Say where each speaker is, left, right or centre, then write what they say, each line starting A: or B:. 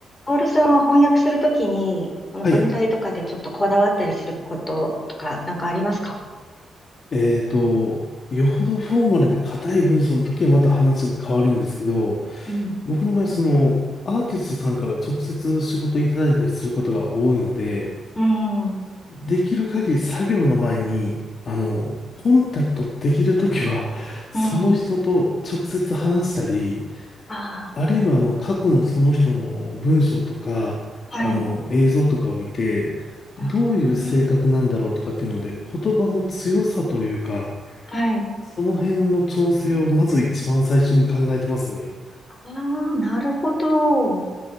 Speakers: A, on the left; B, on the left.
A: オールさんは翻訳するときに、あの文体とかでちょっとこだわったりすることとか、
B: はい。
A: なんかありますか
B: えっと、よほどフォーマルで硬い文章の時はまた話が変わるんですけど、
A: うん。
B: 僕の場合、その、アーティストさんから直接仕事いただいたりすることが多いので、
A: うん。うん。
B: できる限り作業の前に、あの、コンタクトできる時は、その人と直接話したり、
A: うんあ
B: あるいはあの、過去のその人の文章とか、
A: あ、
B: あの、
A: はい。
B: 映像とかを見て、
A: あ
B: どういう性格なんだろうとかっていうので、言葉の強さというか、
A: あ、はい。
B: その辺の調整をまず一番最初に考えてますね。
A: ああ、なるほど。